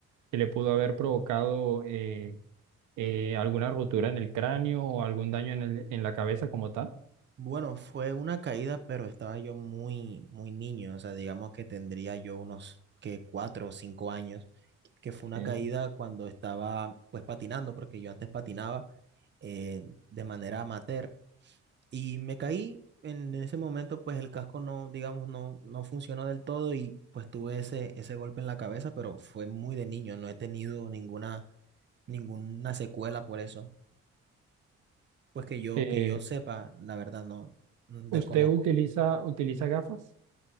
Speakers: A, on the right (about 80°); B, on the right (about 35°).
A: que le pudo haber provocado? eh, eh, alguna rotura en el cráneo o algún daño en el- en la cabeza como tal.
B: Bueno, fue una caída, pero estaba yo muy, muy niño, o sea, digamos que tendría yo unos que cuatro o cinco años, que fue una
A: Ok,
B: caída cuando estaba pues patinando, porque yo antes patinaba eh, de manera amateur y me caí en ese momento, pues el casco no, digamos, no, no funcionó del todo y pues tuve ese, ese golpe en la cabeza, pero fue muy de niño, no he tenido ninguna, ninguna secuela por eso, pues que yo,
A: Eh,
B: que yo sepa, la verdad, no, desconozco.
A: ¿usted utiliza, utiliza gafas?